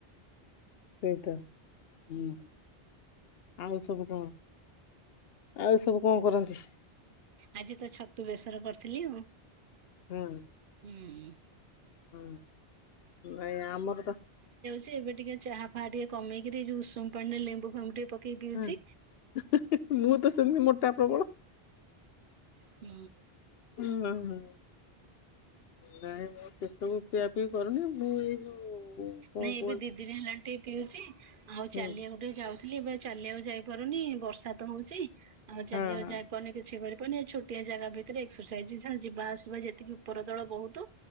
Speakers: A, on the left; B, on the right.
A: ସେଇ ତ ହୁଁ ଆଉ ସବୁ କଣ? ଆଉ ସବୁ କଣ କରନ୍ତି?
B: ଆଜି ତ ଛତୁ ବେସର କରିଥିଲି ଆଉ।
A: ହୁଁ।
B: ହୁଁ ହୁଁ।
A: ହୁଁ ନାଇଁ ଆମର ତ
B: ସେ ଏବେ ଟିକେ ଚାହା ଫା ଟିକେ କମେଇି କି ଦେଇ ଯଉ ଉଷମ ପାଣିରେ ଲେମ୍ବୁ ଫେମ୍ବୁ ଟିକେ ପକେଇ ପିଉଛି
A: ହୁଁ ମୁଁ ତ ସେମିତି ମୋଟା ପ୍ରବଳ।
B: ହୁଁ।
A: ହଁ ହଁ ହୁଁ ନାଇଁ ମୁଁ ସେସବୁ ପିଆ ପିଇ କରୁନି ମୁଁ ଏଇ ଯୋଉ କଣ
B: ନାଇଁ ଏବେ
A: କୁହନ୍ତି
B: ଦି ଦିନ ହେଲାଣି ଟିକ ପିଉଚି ଆଉ ଚାଲିବାକୁ
A: ହୁଁ
B: ଟିକେ ଯାଉ ଥିଲି ଏବେ ଚାଲିବାକୁ ଯାଇପାରୁନି ବର୍ଷା ତ ହଉଛି ଆଉ ଚାଲିବାକୁ
A: ହଁ ହଁ
B: ଯାଇପାରୁନି କିଛି କରି ଛୋଟିଆ ଜାଗା ଭିତରେ ଏକ୍ସରସାଇଜ ଯିବା ଆସିବା ଯେତିକି ଉପରଦଳ ବହୁତୁ